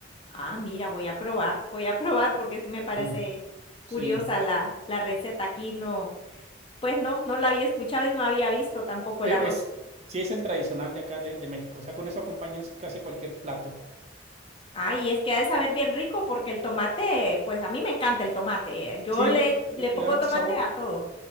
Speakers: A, on the left; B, on the right.
A: Ah, mira, voy a probar, voy a probar porque sí me parece
B: Pero, sí.
A: curiosa la, la receta. Aquí no, pues no, no la había escuchado y no había visto tampoco
B: E-
A: el arroz.
B: Es, sí es el tradicional de acá de, de México. O sea, con eso acompañas casi cualquier plato.
A: Ah, y es que ha de saber bien rico porque el tomate, pues a mí me encanta el tomate. eh, Yo
B: Sí
A: le,
B: le,
A: le
B: le-
A: pongo
B: le da mucho
A: tomate
B: sabor.
A: a todo.